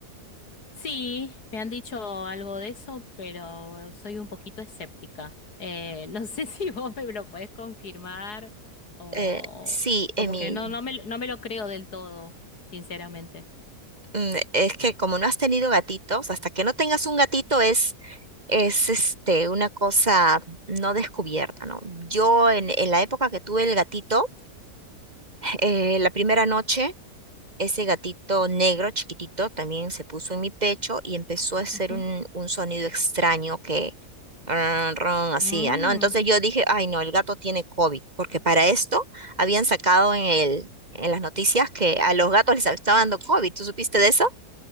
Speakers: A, on the left; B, on the right.
A: Sí, me han dicho algo de eso, pero soy un poquito escéptica. Eh, no sé <laughs> si vos me lo podés confirmar o
B: Eh, sí, Emi.
A: como que no, no me, lo- no me lo creo del todo, sinceramente.
B: mm, Es que como no has tenido gatitos, hasta que no tengas un gatito es, es este, una cosa no descubierta, ¿no? Yo en, en la época que tuve el gatito, eh, la primera noche Ese gatito negro chiquitito también se puso en mi pecho y empezó a hacer
A: Ujú.
B: un, un sonido extraño que ron, ron, hacía,
A: Mm.
B: ¿no? Entonces
A: <laughs>
B: yo dije, ay no, el gato tiene COVID, porque para esto habían sacado en el, en las noticias que a los gatos les estaba dando COVID. ¿Tú supiste de eso?